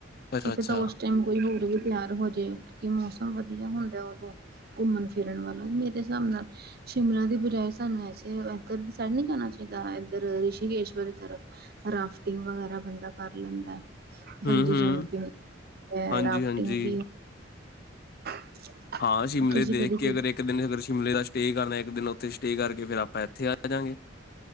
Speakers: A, on the left; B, on the right.
A: ਅੱਛਾ ਅੱਛਾ
B: ਕੀ ਪਤਾ ਉਸ ਟਾਈਮ ਕੋਈ ਹੋਰ ਵੀ ਤਿਆਰ ਹੋ ਜਾਏ, ਕਿ ਮੌਸਮ ਵੱਧੀਆ ਹੁੰਦਾ ਉਦੋ, ਘੁੰਮਣ- ਫਿਰਨ ਵਾਲਾ ਮੇਰੇ ਹਿਸਾਬ ਨਾਲ, ਸ਼ਿਮਲਾ ਦੀ ਬਜਾਏ ਸਾਨੂੰ ਐਸੇ ਇੱਧਰ ਦੀ ਸਾਈਡ ਨਹੀਂ ਜਾਣਾ ਚਾਹੀਦਾ, ਇੱਧਰ ਰਿਸ਼ੀਕੇਸ਼ ਵਾਲੀ ਤਰਫ, ਰਾਫਟਿੰਗ ਵਗੈਰਾ ਬੰਦਾ ਕਰ ਲੈਂਦਾ, ਬੰਜੀ
A: ਹੂੰ ਹੂੰ
B: ਜੰਪਿੰਗ। ਐ
A: ਹਾਂਜੀ
B: ਰਾਫਟਿੰਗ
A: ਹਾਂਜੀ।
B: ਵੀ, ਹਾਂ।
A: ਹਾਂ ਸ਼ਿਮਲੇ
B: ਤੁਸੀਂ
A: ਦੇਖ
B: ਕਦੇ
A: ਕੇ ਅਗਰ ਇੱਕ ਦਿਨ ਅਗਰ ਸ਼ਿਮਲੇ ਦਾ ਸਟੇ ਕਰਨਾ ਇੱਕ ਦਿਨ ਉੱਥੇ, ਸਟੇ ਕਰਕੇ ਫੇਿਰ ਆਪਾਂ ਇੱਥੇ ਆਜਾਗੇ,